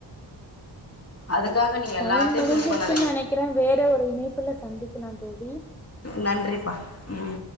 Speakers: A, on the left; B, in the centre.
A: அதுக்காக நீங்க
B: டைம்
A: எல்லாத்தையும்
B: முடிஞ்சிருச்சுன்
A: ஃபீல் பண்ணாதீங்க
B: நெனைக்கிறே வேற ஒரு இணைப்புல சந்திக்கலா தோழி
A: நன்றிப்பா ம்